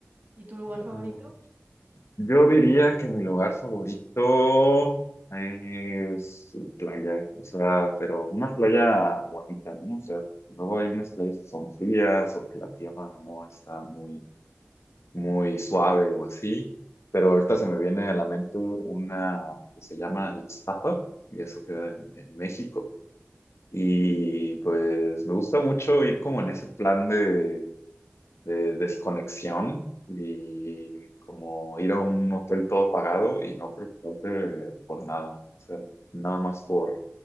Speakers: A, on the right; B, on the left.
A: ¿Y tu lugar
B: Mm,
A: favorito?
B: Yo diría que mi lugar favorito es playa, o sea, pero una playa bonita, ¿no? O sea, luego hay unas playas que son frías o que la tierra no está muy, muy suave o así, pero ahorita se me viene a la mente una que se llama Ixtapa y eso queda en, en México. Y pues me gusta mucho ir como en ese plan de, de desconexión y como ir a un hotel todo pagado y no preocuparte por nada. O sea, nada más por,